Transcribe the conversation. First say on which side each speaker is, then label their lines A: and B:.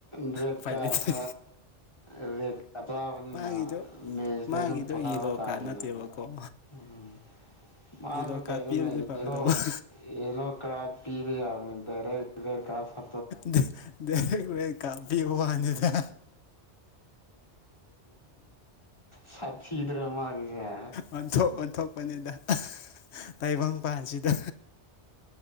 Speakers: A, on the left; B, on the left.
A: ꯕꯔꯦꯠ
B: ꯎꯄꯥꯏ
A: ꯀꯥꯔ
B: ꯂꯩꯇ꯭ꯔꯦ
A: ꯍꯣꯏ ꯑꯇꯕꯅꯤꯅꯥ
B: ꯃꯥꯒꯤꯗꯣ
A: ꯃꯦꯁꯇ
B: ꯃꯥꯒꯤꯗꯣ
A: ꯑꯗꯨꯝ ꯄꯣꯊꯥꯕ
B: ꯌꯦꯂꯣ
A: ꯇꯥꯔꯦꯅꯦ
B: ꯀꯥꯔꯗ ꯅꯠꯇꯦꯕꯀꯣ
A: ꯎꯝ ꯃꯥꯅ
B: ꯌꯦꯂꯣ ꯀꯥꯔꯗ
A: ꯀꯩꯅꯣꯅꯦ
B: ꯄꯤꯔꯗꯤ ꯐꯒꯗꯧꯕ
A: ꯌꯦꯂꯣ ꯌꯦꯂꯣ ꯀꯔꯗ ꯄꯤꯕ ꯌꯥꯕꯅꯦ ꯗꯥꯏꯔꯦꯛ <unintelligible>
B: ꯗ ꯗꯥꯏꯔꯦꯛ ꯔꯦꯗ ꯀꯥꯔꯗ ꯄꯤ ꯋꯥꯅꯤꯗ
A: ꯁꯥꯊꯤꯗ꯭ꯔꯣ ꯃꯥꯒꯤꯁꯦ
B: ꯑꯣꯟꯊꯣꯛ ꯑꯣꯟꯊꯣꯛꯄꯅꯤꯗ ꯇꯥꯏꯕꯪꯄꯥꯟꯁꯤꯗ